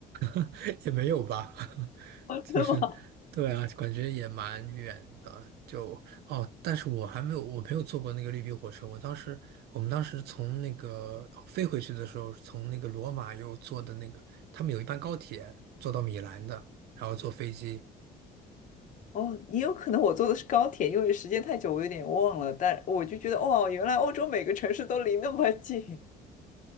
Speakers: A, on the right; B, on the left.
A: <laughs> 也没有吧。<laughs>
B: <laughs> 真的吗？
A: 就是，对啊，感觉也蛮远的。就哦，但是我还没有，我没有坐过那个绿皮火车。我当时，我们当时从那个飞回去的时候，从那个罗马又坐的那个，他们有一班高铁坐到米兰的，然后坐飞机。
B: 哦，也有可能我坐的是高铁，因为时间太久，我有点忘了，但我就觉得，哦，原来欧洲每个城市都离那么近，